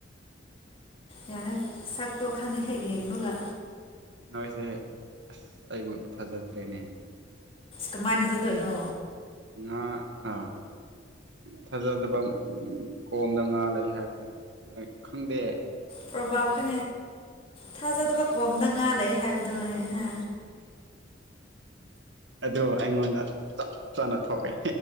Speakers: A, on the left; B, on the right.
A: ꯌꯥꯔꯦ ꯁꯛꯇꯣ ꯈꯪꯉꯦ ꯍꯦꯛ ꯌꯦꯡꯕꯒ
B: ꯅꯣꯏꯁꯦ ꯑꯁ ꯑꯩꯕꯨ ꯊꯥꯖꯗ꯭ꯔꯦꯅꯦ
A: ꯀꯃꯥꯏꯅ ꯊꯥꯖꯗꯣꯏꯅꯣ
B: ꯉꯥꯥ ꯊꯥꯖꯗꯕ ꯀꯣꯝꯗ ꯉꯥ ꯂꯩ ꯍꯥꯏꯕꯗꯣ ꯅꯣꯏ ꯈꯪꯗꯦ
A: ꯄ꯭ꯔꯣꯚ ꯈ ꯊꯥꯖꯗꯕ ꯀꯣꯝꯗ ꯉꯥ ꯂꯩ ꯍꯥꯏꯕꯗꯨꯣꯅꯦ ꯍꯥ
B: ꯑꯗꯨ ꯑꯩꯉꯣꯟꯗ ꯆꯞ ꯆꯥꯅ ꯊꯣꯛꯑꯦ